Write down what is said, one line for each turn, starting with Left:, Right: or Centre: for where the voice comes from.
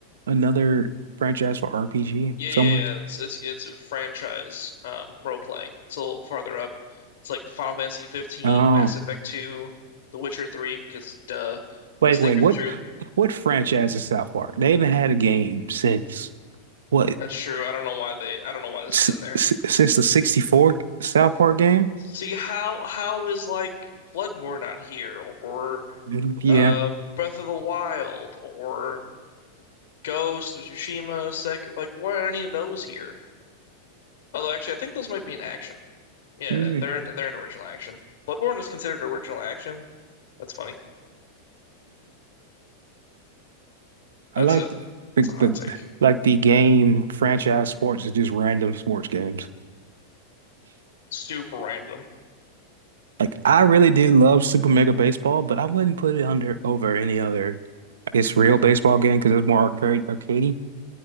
Right: Another franchise for RPG
Left: Yeah,
Right: somewhere?
Left: yeah, yeah. It's it's it's a franchise um role playing. It's a little farther up. It's like Final Fantasy 15,
Right: Oh,
Left: Mass Effect 2, The Witcher 3, because duh,
Right: wait,
Left: Stick
Right: wait. What
Left: of Truth.
Right: what franchise is South Park? They haven't had a game since what?
Left: That's true. I don't know why they. I don't know why this
Right: S
Left: is in there.
Right: s- since the 64 South Park game?
Left: See how how is like Bloodborne not here or
Right: Mm, Yeah.
Left: uh Breath of the Wild or Ghost of Tsushima, Sekiro, like why are any of those here? Although actually I think those might be in action. Yeah,
Right: Mm,
Left: they're in they're in original action. Bloodborne is considered original action. That's funny.
Right: I
Left: That's
Right: like
Left: a
Right: the,
Left: that's a hot
Right: the
Left: take.
Right: like the game franchise sports is just random sports games.
Left: Super random.
Right: Like I really did love Super Mega Baseball, but I wouldn't put it under over any other. It's real baseball game because it's more arcade, arcadey.